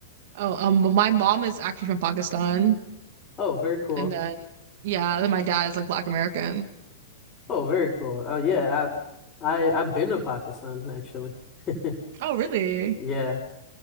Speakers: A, on the right; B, on the left.
A: Oh, um, my mom is actually from Pakistan,
B: Oh, very cool.
A: and then yeah, then my dad is like Black American.
B: Oh, very cool. Oh yeah. I I I've been to Pakistan actually. <laughs>
A: Oh, really?
B: Yeah.